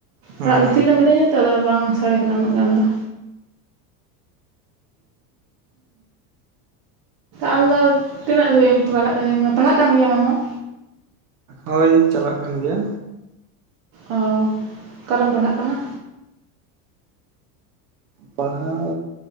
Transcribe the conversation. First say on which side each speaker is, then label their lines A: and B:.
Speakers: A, on the right (about 85°); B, on the right (about 55°).
A: ᱦᱩᱸ
B: ᱚᱲᱟᱜ ᱵᱷᱤᱛᱤᱨ
A: ᱦᱩᱸ
B: ᱨᱮ ᱢᱤᱱᱟᱹᱧᱟ ᱛᱚ ᱟᱫᱚ ᱵᱟᱝ ᱥᱟᱰᱮ ᱠᱟᱱᱟ ᱩᱱᱟᱹᱜ ᱜᱟᱱ ᱫᱚ ᱟᱢᱫᱚ ᱛᱤᱱᱟᱹᱜ ᱫᱷᱟᱹᱵᱤᱡ ᱯᱟᱲᱦᱟᱜ ᱠᱟᱱ ᱜᱮᱭ ᱟᱢᱦᱚᱸ
A: ᱦᱳᱭ ᱪᱟᱞᱟᱜ ᱠᱟᱱ ᱜᱮᱭᱟ
B: ᱚ ᱚᱠᱟᱨᱮᱢ ᱯᱟᱲᱦᱟᱜ ᱠᱟᱱᱟ
A: ᱯᱟᱲᱟᱣ